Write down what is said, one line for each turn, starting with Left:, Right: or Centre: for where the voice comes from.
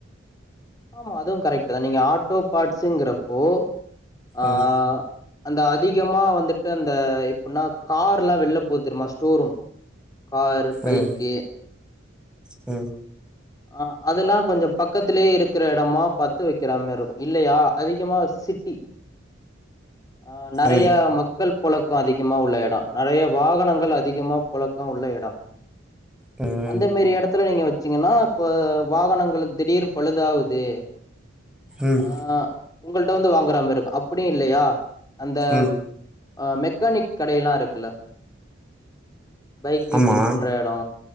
Left: ஆமா அதுவு கரெக்ட் தா நீங்க ஆட்டோ பார்ட்ஸுங்கிறப்போ ஆ
Centre: ம்
Left: அந்த அதிகமா வந்துட்டு அந்த இப்பின்னா கார்ல்லா வெள போ தெரியுமா ஸ்டோ ரூம் காரு பைக்கு
Centre: ம் ம்
Left: ஆ அதுலா கொஞ்சம் பக்கத்திலயே இருக் க்குற எடமா பாத்து வக்கிறாமாருக்கு இல்லயா அதிகமா சிட்டி ஆ நறைய
Centre: ம்
Left: மக் கள் பொழக்க அதிகமா உள்ள எடொ நறைய வாகனங்கள் அதிகமா பொழ க்க உள்ள எடொ
Centre: ம்
Left: அந்த மேரி எடத் துல நீங்க வச்சீங்கன்னா இப்ப வாகனங்கள் திடீர் பழுதாவு து
Centre: ம்
Left: ஆ உங்கள்ட வந்து வாங்குறமாருக்கு அப்புடியில்லயா அந்த
Centre: ம்
Left: அ மெக்கானிக் கடையெல்லா இருக்குல்ல பைக் ரிப்பெர்
Centre: ஆமா
Left: பண்ற எடோ